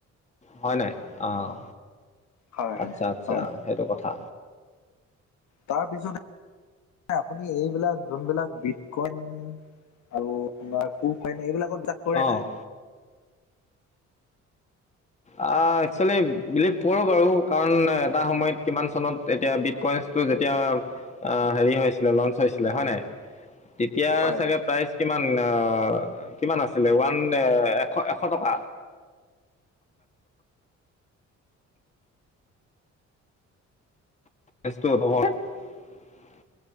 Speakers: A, on the left; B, on the left.
A: হয় নাই আহ
B: হয়
A: আচ্ছা আচ্ছা
B: হয়
A: সেইটো কথা।
B: তাৰপিছতে আপুনি এইবিলাক যোনবিলাক বিট কইন আৰু আমাৰ কোমপাইনী এইবিলাকত বিচাস কৰে
A: অঁ
B: নাই।
A: অ একচুৱেলি বিলিভ কৰোঁ বাৰু কাৰণ এটা সময়ত কিমান চনত এতিয়া বিটকইন। যেতিয়া আহ হেৰি হৈছিলে লঞ্চ হৈছিলে হয় নাই তেতিয়া
B: হয়,
A: চাগে প্ৰাইচ কিমান। কিমান আছিলে ওৱান এশ এশ টকা <unintelligible>